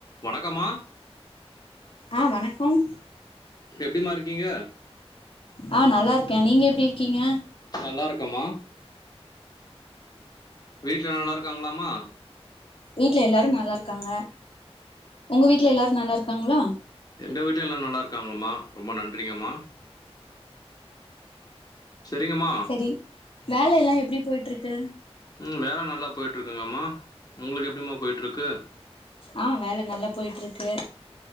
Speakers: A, on the left; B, on the left.
A: வணக்கம்மா
B: ஆஹ் வணக்கம்
A: எப்பிடிம்மா இருக்கீங்க
B: ஆஹ் நல்லா இருக்கேன் நீங்க எப்பிடி இருக்கீங்க
A: நல்லா இருக்கேம்மா வீட்டுல எல்லா நல்லா இருக்காங்களாம்மா
B: வீட்ல எல்லாரும் நல்லா இருக்காங்க உங்க வீட்ல எல்லாரும் நல்லா இருக்காங்களா
A: எங்க வீட்லயும் எல்லாம் நல்லா இருக்காங்கம்மா ரொம்ப நன்றிங்கம்மா சரிங்கம்மா
B: சரி வேல எல்லாம் எப்பிடி போயிட்டு இருக்கு
A: ம் வேல நல்லா போயிட்டுருக்குங்கம்மா உங்குளுக்கு எப்டிம்மா போயிட்ருக்கு
B: ஆ வேல நல்லா போய்ட்ருக்கு